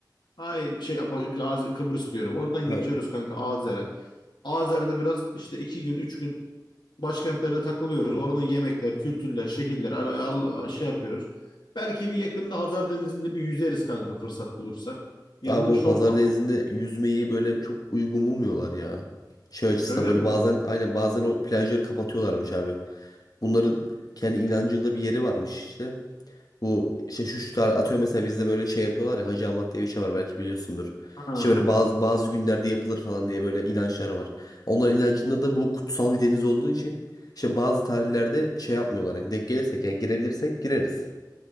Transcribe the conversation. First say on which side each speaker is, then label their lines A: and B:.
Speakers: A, on the left; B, on the left.
A: Ay şey bak, Gazi, Kıbrıs diyorum. Oradan
B: Ha,
A: geçiyoruz kanka Azer'e. Azer'de biraz işte iki gün üç gün başkentlerde takılıyoruz. Oranın yemekler, kültürler, şehirler al, al- şey yapıyoruz. Belki bir yakında Hazar Denizi'nde bir yüzeriz kanka fırsat bulursak. Yanına
B: Abi o
A: şort
B: Hazar
A: al.
B: Denizi'nde yüzmeyi böyle çok uygun bulmuyorlar ya. Şey açısından
A: Öyle
B: böyle
A: mi?
B: bazen aynen bazen o plajları kapatıyorlarmış abi. Bunların kendi inancında bir yeri varmış işte. Bu işte şu şu tar atıyor mesela bizde böyle şey yapıyorlar ya Hacı Ahmet diye bir şey var belki biliyorsundur.
A: Ha.
B: İşte böyle bazı bazı günlerde yapılır falan diye böyle inançlar var. Onların inancında da bu kutsal bir deniz olduğu için işte bazı tarihlerde şey yapmıyorlar. Yani denk gelirsek yani girebilirsek gireriz.